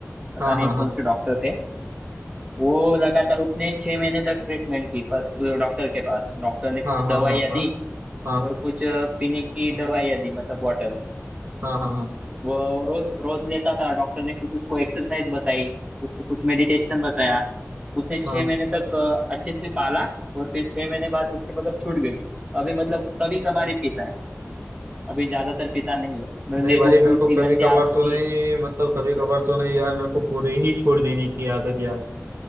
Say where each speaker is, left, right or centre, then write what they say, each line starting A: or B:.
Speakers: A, on the right (about 20°); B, on the right (about 60°).
A: पता
B: हाँ
A: नहीं
B: हाँ हाँ
A: कौन से डॉक्टर थे वो लगातार उसने छह महीने तक ट्रीटमेंट की पर वो डॉक्टर के पास डॉक्टर ने कुछ
B: हाँ हाँ
A: दवाइयाँ
B: हाँ हाँ
A: दी
B: हाँ
A: और कुछ अ, पीने की दवाइयाँ दी मतलब वाटर
B: हाँ हाँ हाँ
A: वो रो, रोज लेता था डॉक्टर ने कुछ उसको एक्सरसाइज बताई उसको कुछ मेडिटेशन बताया उसने छह
B: हाँ
A: महीने तक अ, अच्छे से पाला और फिर छह महीने बाद उसके मतलब छूट गई अभी मतलब कभी कभार ही पीता है अभी ज्यादातर पीता नहीं है मैंने
B: नहीं भाई
A: तो उसको
B: मेरे
A: इतनी
B: को कभी
A: गंदी
B: कभार
A: आदत
B: तो
A: थी
B: नहीं मतलब कभी कभार तो नहीं यार मेरे को पूरी ही छोड़ देने की आदत यार